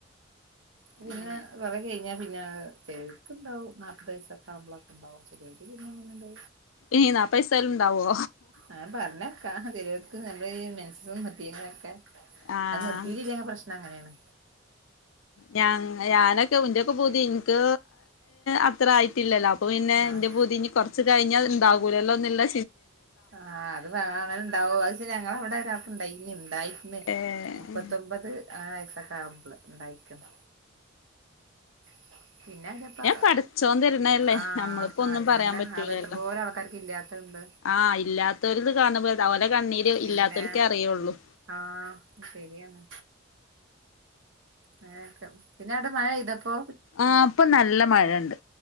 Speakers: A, on the right (about 70°); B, on the left (about 80°).
A: പിന്നെ
B: അങ്ങനെ
A: കൊറ കഴിഞ്ഞാൽ പിന്നെ ചിലർക്ക് ഉണ്ടാവും നാപ്പത് വയസ്സാക്കെ ആവ്പോളൊക്കെ ഉണ്ടാവും ചെലവര് പിന്നെ അങ്ങട്
B: ഇനി നാപ്പത് വയസായാലും ഉണ്ടാവോ
A: ആഹ് പറഞ്ഞക്ക് നമ്മുടെ മെൻസും അത്
B: ആഹ്
A: നിർത്തിയിട്ടല്ലെങ്കിൽ പ്രശ്നം അങ്ങനെയാണ്
B: ഞാ ഞാനൊക്കെ ഉന്റെയൊക്കെ പുതി എനിക്ക് അത്ര ആയിട്ടില്ലല്ലോ പിന്നെ
A: ആഹ്
B: എന്റെ പുതി ഇനി കൊറച്ച് കഴിഞ്ഞാൽ ഇണ്ടാവകൂലല്ലോന്നുള്ള
A: ആഹ് അത് അങ്ങനെ ഇണ്ടാവോ അത് ഞങ്ങ അവിടെ ഒരാക്ക് ഇണ്ടായിനി ഇണ്ടായിക്കണ്
B: ഏഹ്
A: മുപ്പത്തൊമ്പത് ആ വയസ്സൊക്കെ ആവുമ്പള് ഉണ്ടായിക്കണ് <inaudible> പിന്നെ എന്തത്താ
B: പടച്ചോൻ തരണല്ലേ
A: ആഹ്
B: നമ്മളിപ്പോ ഒന്നും
A: അതന്നെ
B: പറയാൻ പറ്റൂലല്ലോ
A: അവ എത്രപോരം ആൾക്കാർക്ക് ഇല്ലാത്ത ഇണ്ട്
B: ആഹ് ഇല്ലാത്തവരിത് കാണുമ്പോ അവരെ കണ്ണീര്
A: പിന്നെ
B: ഇല്ലാത്തവർക്കെ അറിയുള്ളൂ
A: ആഹ് ശരിയാണ് അങ്ങനൊക്കെ പിന്നെ അവിടെ മഴെയ്തപ്പോ
B: ആഹ് ഇപ്പൊ നല്ല മഴണ്ട്